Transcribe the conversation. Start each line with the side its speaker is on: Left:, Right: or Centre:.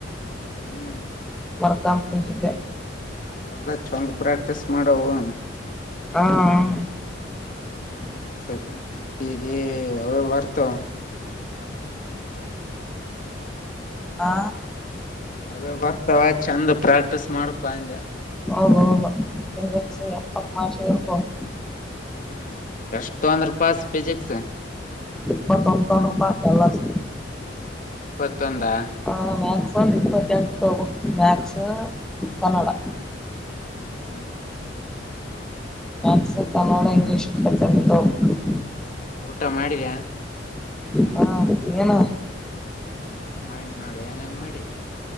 Left: ಹುಂ
Centre: ಮರ್ಕಾ ಕುಂಚಿದ್ದ್ಯಾ
Left: ಅವೆಲ್ಲಾ ಚಂದ್ ಪ್ರಾಕ್ಟೀಸ್ ಮಾಡವೋ
Centre: ಹಾ ಹುಂ
Left: <unintelligible> ಪಿಸಿಇ ಅವೇ ಬರ್ತಾವ್
Centre: ಹಾ
Left: ಅದ ಬರ್ತಾವ ಚೆಂದ ಪ್ರಾಕ್ಟೀಸ್ ಮಾಡಪ್ಪ ಅಂದ್ಯಾ
Centre: ಹೌದು ಹೌದ ಫಿಜಿಕ್ಸ ಎಪತ್ತ್ ಮಾರ್ಸಿನು ಇರ್ತಾವ್
Left: ಹ್ಮ ಎಷ್ಟ ತೋಂದ್ರ ಪಾಸ್ ಪೀಜಿಕ್ಸ
Centre: ಇಪ್ಪತೋಂದ ತಗೊಂಡ್ರ ಪಾಸ್ ಸ್
Left: ಇಪ್ಪತ್ತೊಂದಾ
Centre: ಆ ಮ್ಯಾತ್ಸ ಇಪ್ಪತ್ತೆಂಟು ತಗೋಬೇಕು ಮ್ಯಾತ್ಸ ಕನ್ನಡಾ
Left: ಹ್ಮು ಹ್ಮು ಹ್ಮು
Centre: ಮಾತ್ಸ ಕನ್ನಡ ಇಂಗ್ಲೀಷ್ ಇಪ್ಪತೆಂಟ್ ತಗೋಬೇಕ.
Left: ಊಟಾ ಮಾಡಿದ್ಯಾ
Centre: ಹಾ ಏನ್
Left: ನಾನ್ ಮಾಡಿ ನೋಡ ಏನೇನ್ ಮಾಡಿ